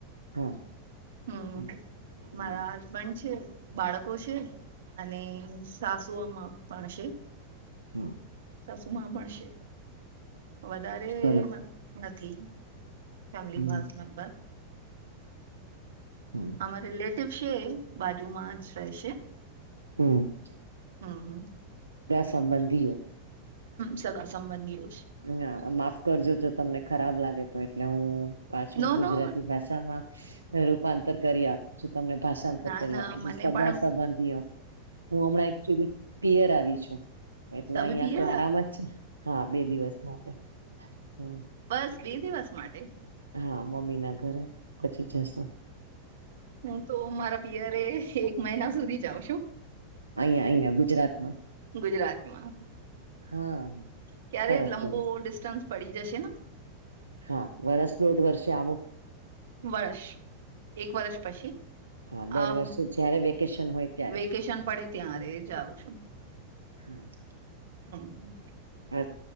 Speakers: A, on the right; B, on the right.
A: હા
B: હું
A: હમ હમ
B: મારા, હસબન્ડ છે, બાળકો છે, અને સાસુઓમાં પણ છે.
A: હું.
B: ચશ્મા માં પણ છે, વધારે
A: સરસ
B: નથી. ફેમિલી
A: હમ
B: બસ મેમ્બર,
A: હું.
B: અમારે રિલેટિવ છે, બાજુમાં જ રહેશે.
A: હું.
B: હમ
A: સંબંધીઓ
B: સગા સંબંધીઓ છે.
A: ના માફ કરજો જો તમને ખરાબ લાગે તો એટલે હું પાછું
B: નો
A: ગુજરાતી
B: નો
A: ભાષા રૂપાંતર કરી આપે તમને ભાષાંતર
B: ના
A: કરી
B: ના
A: આપું છું
B: મને
A: સગા
B: પણ
A: સંબંધીઓ હું હમણાં એકચુલી પિયર આવી છું, એટલે
B: તમે
A: અહિયાં
B: પિયર
A: તો આરામ જ છે, હા બે દિવસ માટે હમ
B: બસ બે દિવસ માટે?
A: હા મમ્મી ના ઘરે પછી જશુ.
B: હું તો મારા પિયરે એક મહિના સુધી જાઉં છું.
A: અહીંયા અહંરુ ગુજરાતમાં
B: ગુજરાતમાં
A: હા
B: ક્યારે
A: સરસ
B: લંબો
A: સરસ
B: ડિસ્ટન્સ પડી જશે ને
A: હા વરસ દોઢ વર્ષ આવુ.
B: વર્ષ એક વર્ષ પછી.
A: હા દર
B: આ
A: વર્ષે જયારે વેકેશન હોય ત્યારે
B: વેકેશન પડે ત્યારે જાઉં છું.
A: <unintelligible>
B: હમ.
A: અ